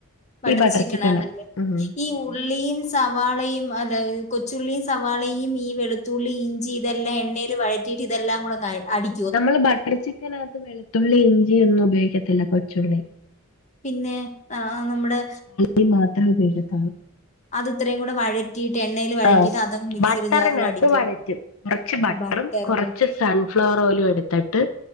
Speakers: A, on the left; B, on the left.
A: ബട്ടർ
B: ഈ
A: ചിക്കൻ
B: ചിക്കനാ
A: ആണല്ലേ
B: ഉം
A: ഈഊ ഉള്ളിയും സവാളയും അല്ല കൊച്ചുള്ളി സവാളയും ഈ വെളുത്തുള്ളി ഇഞ്ചി ഇതെല്ലാം എണ്ണീ ൽ വഴറ്റിട്ട് ഇതെല്ലാം കൂടെഅങ്ങ് അടി
B: നമ്മള് ബട്ടർ ചിക്കനകത് വെളുത്തുള്ളി ഇഞ്ചി ഒന്നും ഉപയോഗിക്കത്തില്ല കൊച്ചുള്ളി
A: പിന്നെ ആ നമ്മുടെ
B: ഈ മാത്രമേ ഉപയോഗത്തുള്ളൂ
A: അത് ഇത്രയും കൂടെ വഴ കട്ടീട്ട് എണ്ണയിൽ വഴറ്റിട്ട്
B: ആഹ്
A: അതങ് മിക്സിയുടെ
B: ബട്ടറിനകത്ത്
A: ജാറൽ അടിക്കുക
B: വഴറ്റും കുറച്ച് ബട്ടറും
A: ബട്ടറിില്
B: കുറച്ച് സൺഫ്ലവർ ഓയിലും എടുത്തിട്ട്